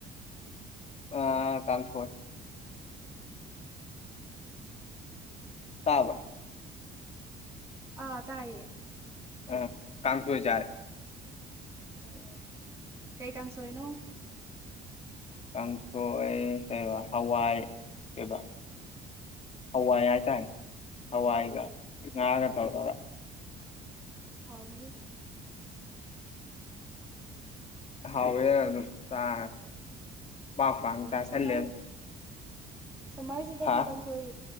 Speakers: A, on the left; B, on the right.
A: ꯑꯥ ꯀꯥꯡꯁꯣꯏ ꯇꯥꯕ꯭ꯔ
B: ꯑꯥ ꯇꯥꯏꯌꯦ
A: ꯎꯝ ꯀꯥꯡꯁꯣꯏ ꯆꯥꯔꯦ
B: ꯎꯝ ꯎꯝ ꯀꯩ ꯀꯥꯡꯁꯣꯏꯅꯣ
A: ꯀꯥꯡꯁꯣꯏ ꯀꯩꯕ ꯍꯋꯥꯏ ꯀꯩꯕ ꯍꯋꯥꯏ ꯍꯥꯏꯇꯥꯔꯦ ꯍꯋꯥꯏꯒ ꯉꯥꯒ ꯇꯧꯔꯒ
B: ꯍꯥꯎꯅꯤ
A: ꯍꯥꯎꯋꯦ ꯑꯗꯨꯝ ꯆꯥꯔꯦ ꯄꯥꯡ ꯄꯥꯡ ꯆꯥꯁꯜꯂꯦ
B: ꯁꯝꯃꯔ ꯁꯝꯃꯔꯁꯤꯗꯗꯤ
A: ꯍꯥ
B: ꯀꯥꯡꯁꯣꯏ